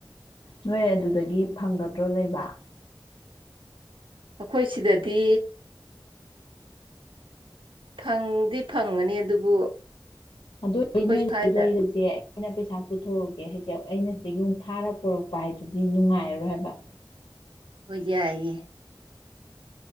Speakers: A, on the left; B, on the right.
A: ꯅꯣꯏ ꯑꯗꯨꯗꯒꯤ ꯐꯪꯒꯗ꯭ꯔꯣ ꯂꯩꯕ꯫
B: ꯑꯩꯈꯣꯏ ꯁꯤꯗꯗꯤ ꯐꯪꯗꯤ ꯐꯪꯒꯅꯤ ꯑꯗꯨꯕꯨ
A: ꯑꯗꯨꯏꯗꯤ
B: ꯑꯩꯈꯣꯏ
A: ꯅꯣꯏꯗꯤ
B: ꯁ꯭ꯋꯥꯏꯗ
A: ꯂꯩꯔꯁꯦ ꯑꯩꯅ ꯄꯩꯁꯥ ꯄꯨꯊꯣꯛꯑꯒꯦ ꯍꯥꯏꯗꯤ ꯑꯩꯅ ꯁꯤꯗꯒꯤ ꯃꯨꯛ ꯐꯥꯔ ꯄꯨꯣꯔꯛꯄ ꯍꯥꯏꯗꯨꯗꯤ ꯅꯨꯡꯉꯥꯏꯔꯔꯣꯏ ꯍꯥꯏꯕ
B: ꯍꯣꯏ ꯌꯥꯏꯌꯦ꯫